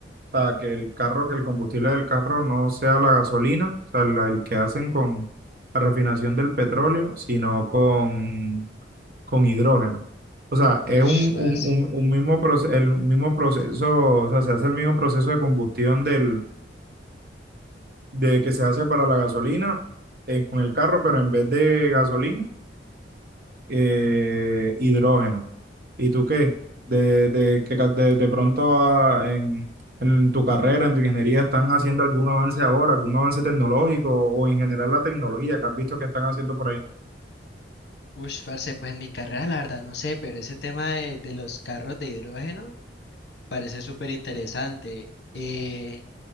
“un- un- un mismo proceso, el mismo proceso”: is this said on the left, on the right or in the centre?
Right